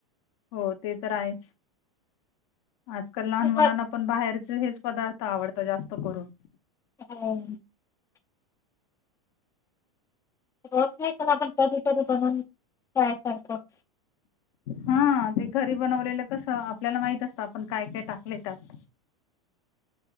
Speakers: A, on the left; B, on the left.
A: हो ते तर आहेच आजकाल लहान
B: तुम्हा
A: मुलांना पण बाहेरचे हेच पदार्थ. आवडतं जास्त करून.
B: <unintelligible> रोज नाही पण आपण कधी-कधी बनवून. ट्राय करतोच.
A: हा ते घरी बनवलेलं. कस आपल्याला माहित असतं आपण काय काय टाकलंय त्यात.